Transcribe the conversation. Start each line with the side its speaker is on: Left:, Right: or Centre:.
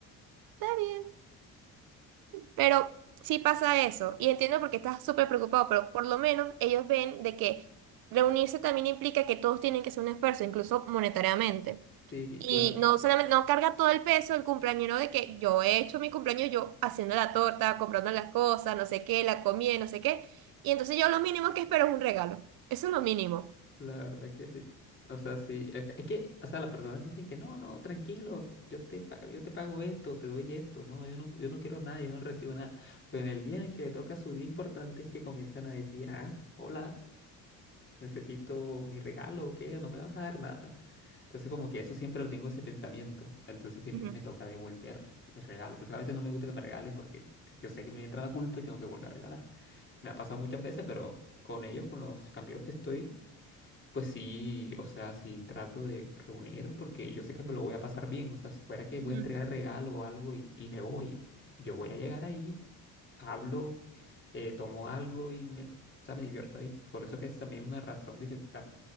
Right: está bien. Pero sí pasa eso, y entiendo porque qué estás súper preocupado, pero por lo menos ellos ven de que reunirse también implica que todos tienen que hacer un esfuerzo, incluso monetariamente.
Left: Sí,
Right: Y
Left: claro.
Right: no solamente, no carga todo el peso el cumpleañero de que yo he hecho mi cumpleaños yo haciendo la torta, comprando las cosas, no sé qué, la comida, no sé qué. Y entonces yo lo mínimo que espero es un regalo. Eso es lo mínimo.
Left: La verdad que sí. O sea, sí. Es que, es que, o sea, las personas dicen que no, no, tranquilo, yo te, pa- yo te pago esto, te doy esto. No, yo no, yo no quiero nada, yo no recibo nada. Pero en el día en el que le toca su día importante es que comienzan a decir, ah, hola, necesito mi regalo o qué, no me vas a dar nada. Entonces, como que eso siempre lo tengo ese pensamiento. Entonces, siempre
Right: Ujú,
Left: me toca devolver el regalo. Por eso a veces no me gusta que me regalen porque yo sé que me entra la culpa y tengo que volver a regalar. Me ha pasado muchas veces, pero con ellos, con los amigos que estoy. Pues sí, o sea, sí trato de reunir porque yo sé que me lo voy a pasar bien. O sea, si fuera que voy
Right: ujú.
Left: a entregar el regalo o algo y, y me voy, yo voy a llegar ahí, hablo, eh, tomo algo y me, o sea, me divierto ahí. Por eso que es también una razón de que tam-